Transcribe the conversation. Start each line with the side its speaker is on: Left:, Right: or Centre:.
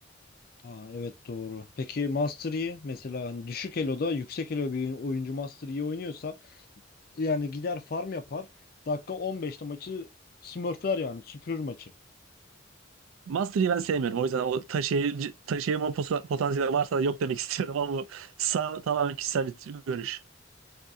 Left: Aa, evet doğru. Peki Master Yi mesela hani düşük eloda yüksek elo bir oyuncu Master Yi oynuyorsa yani gider farm yapar. Dakika 15'te maçı smurfler yani süpürür maçı.
Right: Mastery'i ben sevmiyorum. O yüzden o taşıyıcı, taşıyıcı potansiyeli varsa da yok demek <laughs> istiyorum ama bu sa- tamamen kişisel bir görüş.